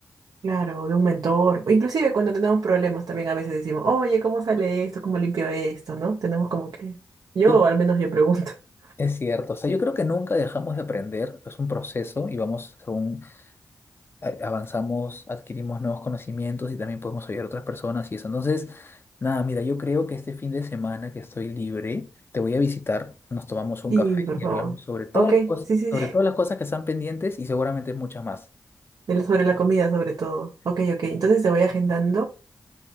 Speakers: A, on the right (about 75°); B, on the left (about 35°).
A: Claro, de un mentor. Inclusive cuando tenemos problemas también a veces decimos, oye, ¿cómo sale esto? ¿Cómo limpio esto? ¿No? Tenemos como que... Yo,
B: Sí,
A: al menos yo pregunto. <laughs>
B: es cierto. O sea, yo creo que nunca dejamos de aprender, es un proceso y vamos según a- avanzamos, adquirimos nuevos conocimientos y también podemos ayudar a otras personas y eso. Entonces, nada, mira, yo creo que este fin de semana que estoy libre, te voy a visitar, nos tomamos un
A: Y
B: café
A: por
B: y
A: favor.
B: hablamos sobre todas
A: Ok,
B: las cosas,
A: sí, sí,
B: sobre
A: sí.
B: todas las cosas que están pendientes y seguramente muchas más.
A: <laughs> El- Sobre la comida, sobre todo. Ok, ok. Entonces te voy agendando